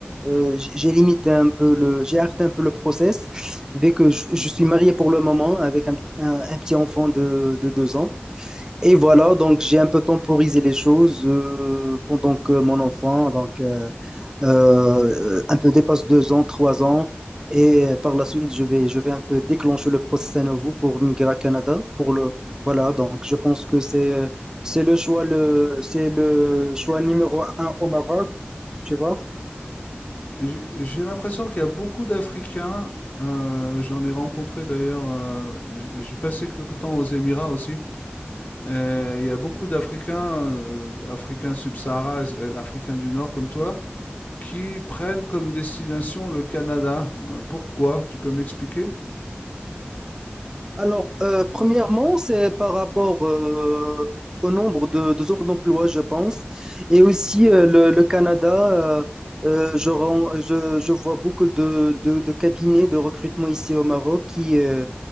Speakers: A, on the right; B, on the left.
A: euh, j'ai j'ai limité un peu le, j'ai arrêté un peu le process, vu que je, je suis marié pour le moment avec un, un- un petit enfant de, de deux ans. Et voilà, donc j'ai un peu temporisé les choses euh, pendant que mon enfant, donc euh, euh, un peu dépasse deux ans, trois ans, et par la suite je vais, je vais un peu déclencher le process à nouveau pour migrer à Canada, pour le, voilà, donc je pense que c'est, c'est le choix le, c'est le choix numéro un au Maroc, tu vois.
B: J'ai j'ai l'impression qu'il y a beaucoup d'Africains. euh, j'en ai rencontré d'ailleurs. euh, j- j'ai passé quelque temps aux Émirats aussi. Et il y a beaucoup d'Africains, euh, Africains subsahara, euh, Africains du Nord comme toi, qui prennent comme destination le Canada. Euh, pourquoi? Tu peux m'expliquer?
A: Alors, euh, premièrement, c'est par rapport euh, au nombre de, de offres d'emploi, je pense. Et aussi, euh, le, le Canada, euh, euh, je, ren- je, je vois beaucoup de, de, de cabinets de recrutement ici au Maroc qui, euh,